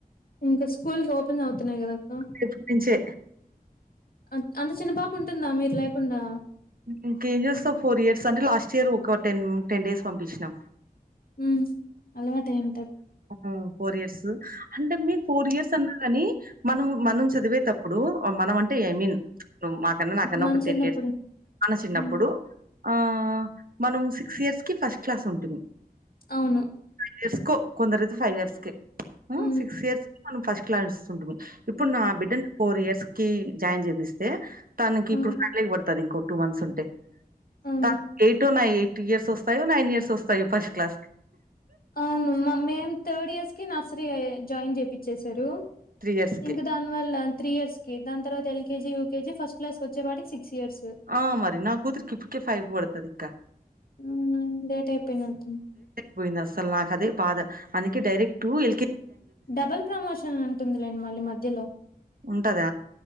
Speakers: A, on the left; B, on the right.
A: ఇంక స్కూల్స్ ఓపెన్ అవుతున్నాయ్ కదక్క
B: రేపట్నుంచే
A: అంట్ అంత చిన్న పాప ఉంటుంద మీరు లేకుండా
B: ఇంకేం చేస్తవు ఫోర్ ఇయర్స్ అంటే లాస్ట్ ఇయర్ ఒక టెన్ టెన్ డేస్ పంపించిన
A: ఉ అలవాటు <unintelligible>
B: ఔ ఫోర్ ఇయర్స్ అంటే మీ ఫోర్ ఇయర్స్ అన్నా గాని మనము మనం చదివే టప్ ఇప్పుడు మనం అంటే ఐ మీన్ నువ్ మాకన్న నాకన్న
A: మన
B: ఒక
A: చిన్నప్పుడు
B: టెన్ <unintelligible> మన చిన్నప్పుడు
A: హ్మ్.
B: ఆ మనం సిక్స్ ఇయర్స్ కి ఫస్ట్ క్లాస్ ఉంటిమి
A: అవును
B: ఫైవ్ ఇయర్స్కొ కొందరైతే ఫైవ్ ఇయర్స్కి
A: హ్మ్.
B: సిక్స్ ఇయర్స్కి మనం ఫస్ట్ క్లాస్ ఉంటిమి ఇప్పుడు
A: హ్మ్.
B: నా బిడ్డని ఫోర్ ఇయర్స్కి జాయిన్ చేపిస్తే తనకి
A: ఆ!
B: ఇప్పుడు <unintelligible> పడుతది ఇంకో టు మంత్స్ ఉంటె
A: అవును
B: త ఎయిట్ ఉన్నయ్ ఎయిట్ ఇయర్స్ ఒస్తాయో నైన్ ఇయర్స్ ఒస్తాయో ఫస్ట్ క్లాస్
A: అవును మ మేమ్ తర్డ్ ఇయర్స్ కి నర్సరీ జాయిన్ చేపిచ్చేసారు
B: త్రీ ఇయర్స్ కి
A: ఇంక దా వల్ల త్రీ ఇయర్స్ కి దాన్ తర్వత ఎల్కజి యూకేజీ ఫస్ట్ క్లాస్ ఒచ్చే పాటికి సిక్స్ ఇయర్స్
B: ఆ మరి న కుత్రికి ఇప్పుకి ఫైవ్ పడుతది ఇంక
A: ఉ లేట్ అయిపోయినట్టుంది
B: పోయింది అస్సల్ నాక్ అదె బాధ అందుకె డైరెక్టు ఎల్కె
A: డబల్ ప్రమోషన్ ఉంటుందిలేండి మళ్ళీ మధ్యలో
B: ఉంటద